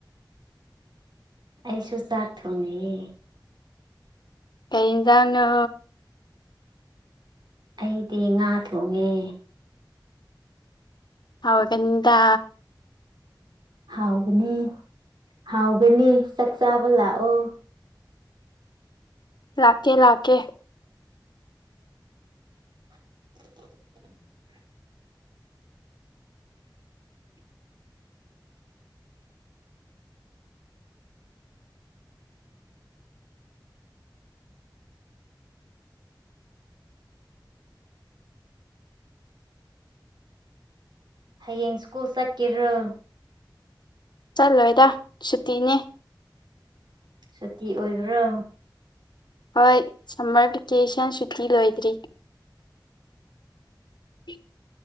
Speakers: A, on the right (about 65°); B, on the left (about 65°).
A: ꯑꯩꯁꯨ ꯆꯥꯛ ꯊꯣꯡꯉꯤꯌꯦ
B: ꯀꯩ ꯏꯟꯖꯥꯡꯅꯣ
A: ꯑꯩꯗꯤ ꯉꯥ ꯊꯣꯡꯉꯦ
B: ꯍꯥꯎꯒꯅꯤꯗ
A: ꯍꯥꯎꯒꯅꯤ ꯍꯥꯎꯒꯅꯤ ꯆꯥꯛ ꯆꯥꯕ ꯂꯥꯛꯑꯣ
B: ꯂꯥꯛꯀꯦ ꯂꯥꯛꯀꯦ
A: <unintelligible> ꯍꯌꯦꯡ ꯁ꯭ꯀꯨꯜ ꯆꯠꯀꯦꯔꯣ
B: ꯆꯠꯂꯣꯏꯗ ꯁꯨꯇꯤꯅꯦ
A: ꯁꯨꯇꯤ ꯑꯣꯏꯕ꯭ꯔꯣ
B: ꯍꯣꯏ ꯁꯝꯃꯔ ꯚꯦꯀꯦꯁꯟ ꯁꯨꯇꯤ ꯂꯣꯏꯗ꯭ꯔꯤ ꯄꯤꯛ